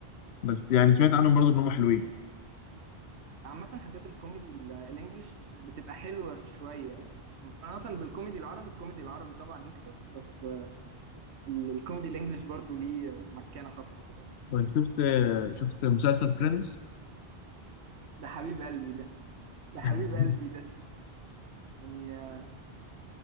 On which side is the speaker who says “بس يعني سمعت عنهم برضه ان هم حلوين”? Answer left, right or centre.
Left